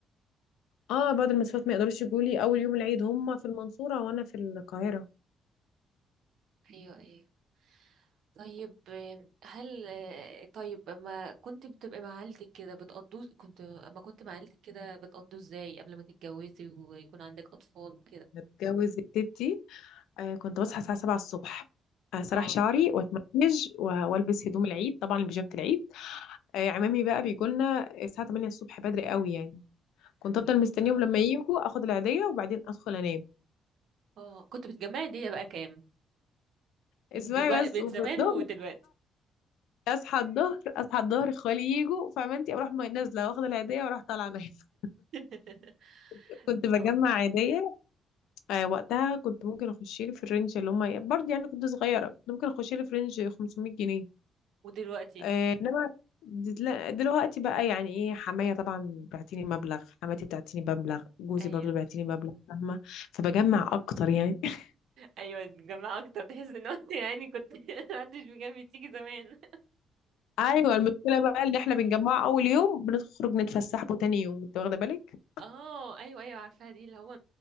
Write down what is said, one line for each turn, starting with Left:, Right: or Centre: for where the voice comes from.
Left: اه بعض المسافات ما يقدروش يجوا لي اول يوم العيد هم في المنصورة وانا في القاهرة
Right: ايوه ايوه طيب آه، هل آه، طيب اما كنت بتبقى مع عيلتك كده بتقضوا كنت اما كنت مع عيلتك كده بتقضوا ازاي قبل ما تتجوزي ويكون عندك اطفال وكده
Left: بتجوز تيتي آه كنت بصحى الساعة 7 الصبح اسرح
Right: اه
Left: شعري واتمنج و- والبس هدوم العيد طبعا بيجامة العيد آه عمامي بقى بيجوا لنا الساعة 8 الصبح بدري قوي يعني كنت
Right: تمام.
Left: افضل مستنيهم لما يجوا اخد العيدية وبعدين ادخل انام
Right: اه كنت بتجمعي دي بقى كام
Left: اسمعي
Right: دلوقتي
Left: بس
Right: من
Left: وفي
Right: زمان
Left: الظهر
Right: ودلوقتي
Left: اصحى الظهر اصحى الظهر اخوالي يجوا فعمامتي اروح نازله واخد العيديه واروح طالعه نايمه
Right: <laughs>
Left: <laughs> كنت بجمع
Right: طب
Left: عيديه آه وقتها كنت ممكن اخش لي في الرينج اللي هم برضه يعني كنت صغيره كنت ممكن اخش لي في رينج 500 جنيه
Right: ودلوقتي
Left: آه انما دل- لا، دلوقتي بقى يعني ايه حمايه طبعا بعتيني مبلغ حماتي بتعتيني مبلغ جوزي
Right: ايوه
Left: برضه بيعتيني مبلغ فاهمه فبجمع اكتر يعني <laughs>
Right: ايوه الجماعة اكتر تحس ان انت يعني كنت <laughs> محدش بجنبي تيجي زمان
Left: ايوه المشكله بقى ان احنا بنجمع اول يوم بنخرج نتفسح به تاني يوم انت واخده بالك
Right: اه ايوه ايوه عارفاها دي اللي هو